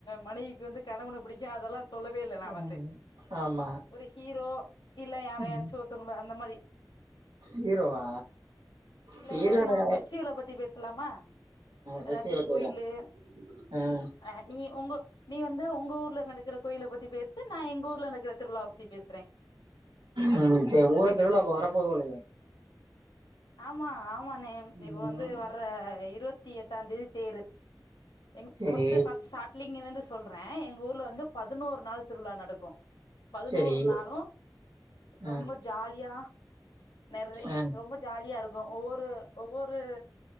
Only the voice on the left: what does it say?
மனைவிக்கு வந்து கணவன புடிக்கு அதெல்லா சொல்லவே இல்ல நா
வந்து
ஒரு ஹீரோ இல்ல யாரையாச்சு
ஒருத்தவங்கள அந்த மாரி
இல்ல
ஏதாச்சு நம்ம
ஃபெஸ்டிவல பத்தி பேசலாமா
எதாச்சு கோயிலு
அ நீ உங்க நீ வந்து உங்க ஊர்ல நடக்கற கோயில பத்தி பேசு நா எங்க ஊர்ல நடக்கற திருவிழாவ பத்தி பேசற
ஆமா ஆமா நேம் இப்ப
வந்து வர்ற இருவத் த்தி எட்டா தேதி தேரு எங்
பொஸ் ஃபர்ஸ் சாட்லிங்க <unintelligible> சொல்றே எங்க ஊர்ல வந்து பதுனோரு நாள் திருழா நடக்கு பதினோரு
நாளும்
ரொம்ப ஜாலியா நெற்றெ
ரொம்ப இருக்கு ஒவ்வொரு ஒவ்வொரு